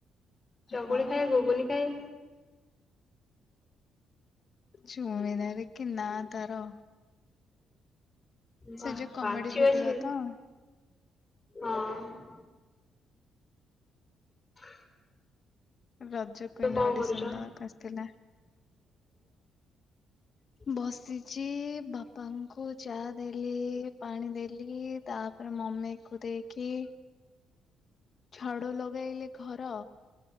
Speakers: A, on the left (about 20°); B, on the left (about 45°).
A: ଚକୁଳି
B: ହଁ
A: ଖାଏ ଘୁଗୁନି ଖାଏ।
B: ଚୁମିନାରୀ କି ନାଁ ତାର।
A: ବାଃ
B: ସେ ଯୋଉ କମେଡି
A: ବାଛି
B: ଭିଡିଓ
A: ବାଛି
B: ତ।
A: ହଁ। <inaudible>
B: ରଜକୁଇନ୍
A: ତୁ କଣ
B: ଅଡିସନ୍
A: କରୁଛ
B: ଦବାକୁ ଆସିଥିଲା।
A: ହ।
B: ବସିଚି ବାପାଙ୍କୁ ଚା ଦେଲି ପାଣି ଦେଲି ତା- ଆଉ ମମି କୁ ଦେଇକି- ଝାଡୁ ଲଗେଇଲି ଘର